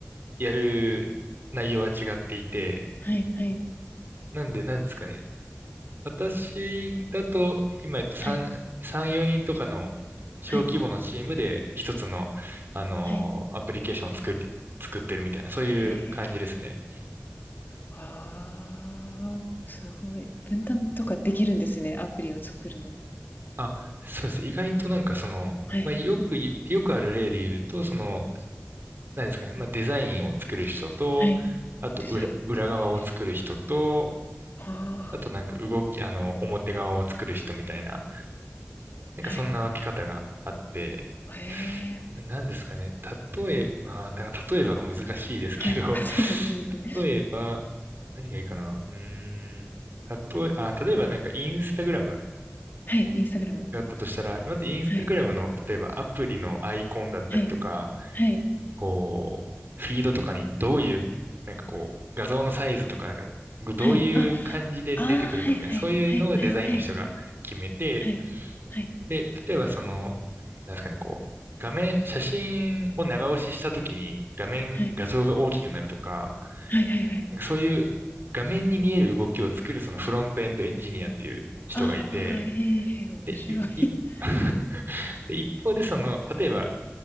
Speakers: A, on the right (about 50°); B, on the left (about 45°).
A: やる内容は違っていて、
B: はいはい。
A: なんで、なんですかね。私だと、今、えっと、3、
B: はい。
A: 3、4人とかの小規模のチームで一つの、
B: はい。
A: あの、
B: はい。
A: アプリケーションを作り、作ってるみたいな、そういう感じですね。
B: へえ。ああ、すごい。分担とかできるんですね、アプリを作るのに。
A: あ、そうです。意外となんかその、
B: はい。
A: まあ、よくい、よくある例で言うと、その、何ですかね、まあ、デザインを作る人と、
B: はい。
A: あと裏、
B: デザイン。は
A: 裏側を作る人と、
B: いはい。はあ、
A: あとなんか動き、あの、表側を作る人みたいな、なんかそんな分け方があって、
B: はい。へえ、
A: ななんですかね、例えば、まあだから例えばが難しいですけど、
B: はい。<laughs>
A: <laughs>
B: そうかいですね。
A: 例えば、何がいいかな、うーん、例え、あ、例えばなんかインスタグラム
B: はい、インスタグラム
A: があったとしたら、まずインスタグラムの、
B: はい。
A: 例えばアプリのアイコンだったりとか、
B: はい。はい。
A: こう、フィードとかにどういう、なんかこう、画像のサイズとか、なんか、どういう感じで出てくるかみたいな、
B: はい。あ、ああ、はいはいはいはいはい。
A: そういうのをデザインの人が決めて、
B: はい。はい。
A: で、例えばその、なんですかね、こう、画面、写真を長押ししたときに画面、
B: はい。
A: 画像が大きくなるとか、
B: はいはいはい。
A: なんかそういう画面に見える動きを作るそのフロントエンドエンジニアっていう人がいて、
B: ああ、ええ、へえ、面白い。
A: で、いい <laughs> 一方でその、例えば